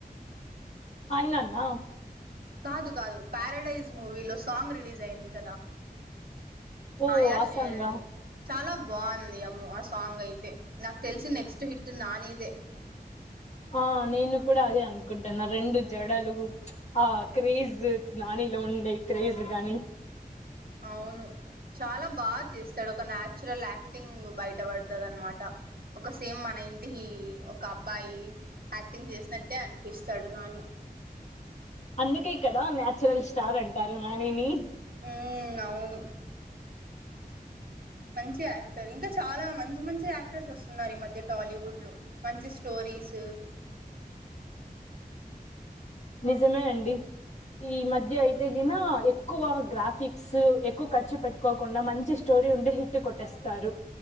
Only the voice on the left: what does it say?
ఆ ఇనన్నా <unintelligible>
ఓ
ఆసంగా
ఆ నేను కూడా అదే అనుకుంటున్న రెండు జడలు ఆ క్రేజ్ నానిలో ఉండే క్రేజ్ గాని
అందుకే కదా న్యాచురల్ స్టార్ అంటారు నాని ని
నిజమే అండి ఈ మధ్య యితే గిన ఎ ఎక్కువ గ్రాఫిక్స్ ఎక్కువ ఖర్చు పెట్టుకోకుండా మంచి స్టోరీ ఉండే హిట్ కొట్టేస్తారు